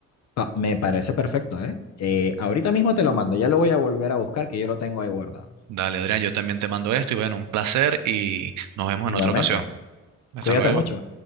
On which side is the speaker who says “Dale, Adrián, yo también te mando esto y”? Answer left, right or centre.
Right